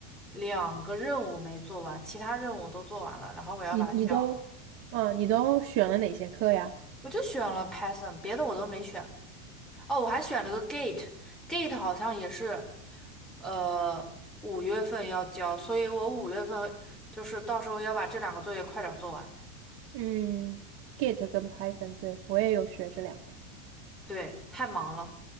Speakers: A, in the centre; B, on the right.
A: 两个任务没做完，其他任务我都做完了，然后我要把它交。
B: 你你都，啊，你都选了哪些课呀？
A: 我就选了 Python，别的我都没选。哦，我还选了个 Gate，Gate 好像也是。呃，五月份要交，所以我五月份就是到时候要把这两个作业快点儿做完。
B: 嗯，Git 跟 Python，对，我也有学这两个。
A: 对，太忙了，